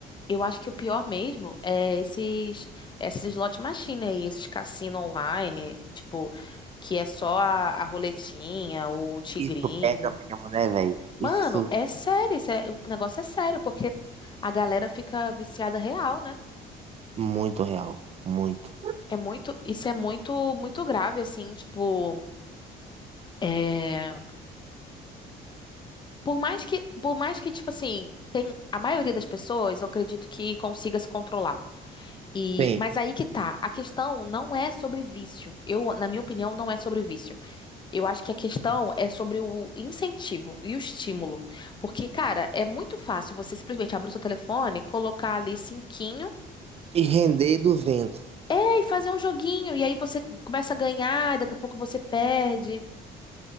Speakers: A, on the left; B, on the right.
A: Eu acho que o pior mesmo é esses, esses slot machine aí, esses cassino online, tipo, que é só a, a roletinha ou o tigrinho.
B: Isso pega mesmo, né, velho?
A: Mano,
B: Isso
A: é sério, isso é- o negócio é sério, porque a galera fica viciada real, né?
B: muito real. Muito.
A: É muito, isso é muito, muito grave, assim, tipo, é, por mais que, por mais que, tipo assim, tem, a maioria das pessoas, eu acredito que consiga se controlar. E,
B: Sim.
A: mas aí que tá. A questão não é sobre vício. Eu, na minha opinião, não é sobre vício. Eu acho que a questão é sobre o incentivo e o estímulo. Porque, cara, é muito fácil você simplesmente abrir o seu telefone, colocar ali cinquinho,
B: E render duzentos
A: é, e fazer um joguinho. E aí você começa a ganhar, e daqui a pouco você perde.